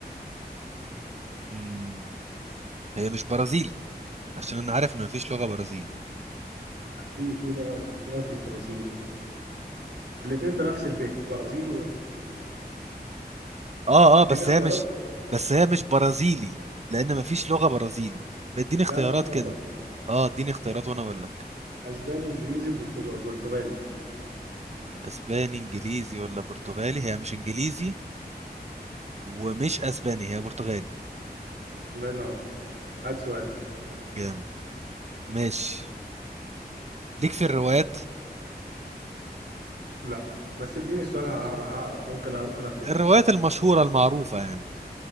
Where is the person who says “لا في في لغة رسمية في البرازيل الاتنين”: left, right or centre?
Right